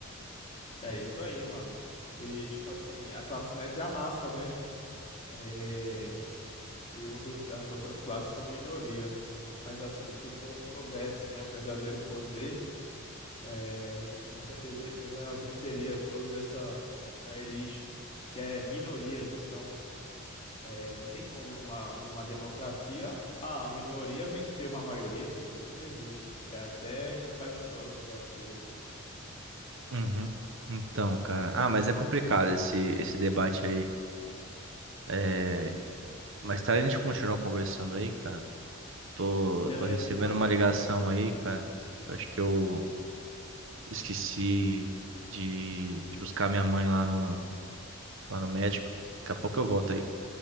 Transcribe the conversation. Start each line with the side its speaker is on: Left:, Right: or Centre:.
Left: É isso aí, mano. E tipo assim, a classe média é a massa, né? É, E o res- as outras classes são minoria. Mas assim, se o povo soubesse, né, o verdadeiro poder, é, a gente com certeza eh, venceria todas essas essa elite que é minoria, que são é, não tem como numa, numa democracia a minoria vencer uma maioria, pô, isso não existe. É até contraditório um negócio desse.
Right: Uhum. Então, cara, ah, mas é complicado esse esse debate aí. É... Mais tarde a gente continua conversando aí, cara. Tô,
Left: Beleza
Right: tô recebendo
Left: então,
Right: uma
Left: meu
Right: ligação
Left: amigo.
Right: aí, cara. Eu acho que eu Esqueci de, de buscar minha mãe lá no, lá no médico. Daqui a pouco eu volto aí.